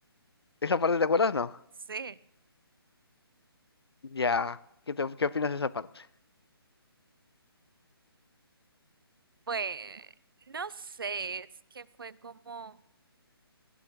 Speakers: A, on the left; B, on the right.
A: ¿Esa parte te acuerdas? No.
B: Sí.
A: Ya, ¿qué te- qué opinas de esa parte?
B: Pues, no sé, es que fue como,